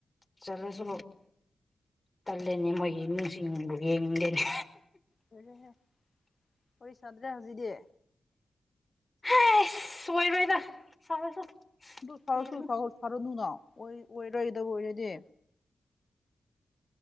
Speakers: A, on the left; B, on the left.
A: ꯆꯂꯁꯨ ꯇꯜꯂꯅꯦ ꯃꯣꯏꯒꯤ ꯏꯃꯨꯡꯁꯤꯡꯕꯨ ꯌꯦꯡꯅꯤꯡꯗꯦꯅꯤ
B: ꯂꯣꯏꯔꯦꯍꯦ ꯋꯥꯔꯤ ꯁꯥꯗ꯭ꯔꯦ ꯍꯧꯖꯤꯗꯤ
A: ꯍꯥꯏꯁ ꯑꯣꯏꯔꯣꯏꯗ <unintelligible>
B: ꯑꯗꯨ
A: ꯈꯨꯝꯃꯁꯨ
B: ꯁꯥꯔꯁꯨ ꯁꯥꯔꯅꯨꯅ ꯑꯣꯏꯔꯣꯏꯗꯕ ꯑꯣꯏꯔꯗꯤ